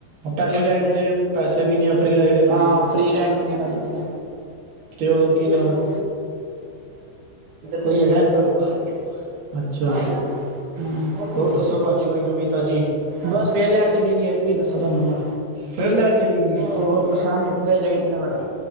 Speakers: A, on the right; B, on the right.
A: ਪਹਿਲੀ ਰਾਈਡ ਤੇ ਪੈਸੇ ਵੀ ਨਹੀਂ ਆ ਫ੍ਰਰੀ ਰਾਈਡ ਹੈ ਪਹਿਲੀ
B: ਹਾਂ, ਫ੍ਰੀ ਰਾਇਡ ਹੁੰਦੀ ਐ ਭਾਜੀ ਪਤਾ।
A: ਤੇ ਹੋਰ
B: ਤੁ
A: ਕੀ ਨਾਮ
B: ਸੁਣਾ
A: ਹੈ, ਕੋਈ ਹੈਗਾ ਅੰਦਰ ਅੱਛਾ
B: ਸੁ <unintelligible> ਹਮ
A: ਹੋਰ ਦੱਸੋ
B: <unintelligible>
A: ਭਾਜੀ ਕੋਈ ਨਵੀਂ ਤਾਜ਼ੀ
B: ਬਸ ਫੇਰ ਲੈਈਟ ਚਲੀ ਗਈ ਆ, ਕੀ ਦੱਸਾਂ ਤੁਹਾਨੂੰ ਮੈਂ
A: ਫੇਰ ਲੈਟ ਚਲੀ ਗਈ ਏ
B: ਹੋਰ ਪਰੇਸ਼ਾਨ ਕੀਤਾ ਏ ਲਾਈਟ ਨੇ ਬੜਾ।